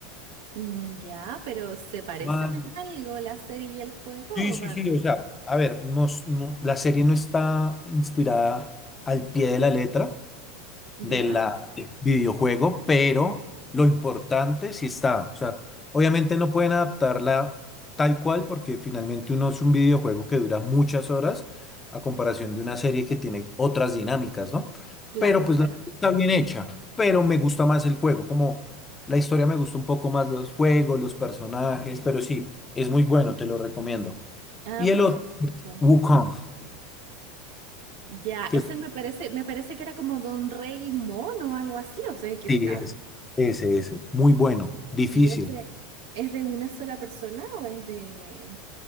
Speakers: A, on the right; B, on the left.
A: Mm, ya, pero ¿se parecen
B: Más-
A: en algo la serie y el juego?
B: Sí, sí,
A: o van-
B: sí, o sea, a ver, no, s- no- la serie no está inspirada al pie de la letra,
A: ¿Ya?
B: de la del videojuego, pero lo importante sí está. O sea, obviamente no pueden adaptarla tal cual porque finalmente uno es un videojuego que dura muchas horas a comparación de una serie que tiene otras dinámicas, ¿no?
A: Claro,
B: Pero pues
A: claro.
B: la serie está bien hecha, pero me gusta más el juego, como la historia me gusta un poco más los juegos, los personajes, pero sí, es muy bueno, te lo recomiendo.
A: Ah,
B: Y el
A: por
B: otro,
A: supuesto.
B: Wukong,
A: Ya,
B: que
A: ese
B: es...
A: me parece, me parece que era como de un rey mono o algo así, o estoy equivocada.
B: Sí, es ese, ese, muy bueno, difícil.
A: ¿Y ese es de una sola persona o es de...?